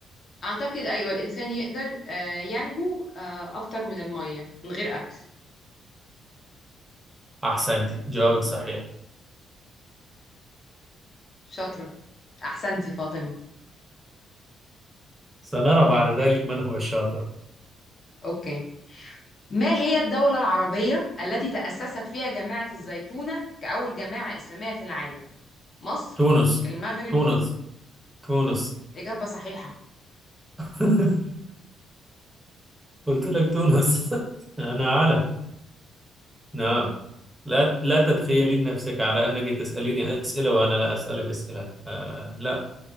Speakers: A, on the left (about 45°); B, on the right (about 15°).
A: اعتقد ايوه الانسان يقدر آه، ينجو آه، اكتر من الميه من غير اكل
B: أحسنت جوابك صحيح
A: شاطره احسنتي فاطمه
B: سنرى بعد ذلك من هو الشاطر
A: اوكي ما هي الدولة العربية التي تأسست فيها جامعة الزيتونة كأول جامعة إسلامية في العالم؟ مصر،
B: تونس
A: المغرب،
B: تونس تونس
A: إجابة صحيحة.
B: <laughs> قلت لك تونس <laughs> أنا عالم نعم لا لا تتخيلين نفسك على أنك تسأليني أسئلة وأنا لا أسألك أسئلة آه لا